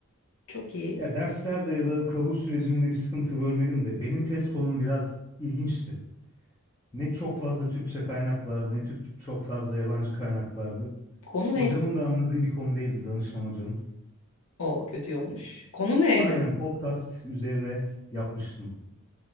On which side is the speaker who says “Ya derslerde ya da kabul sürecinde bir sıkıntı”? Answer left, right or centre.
Left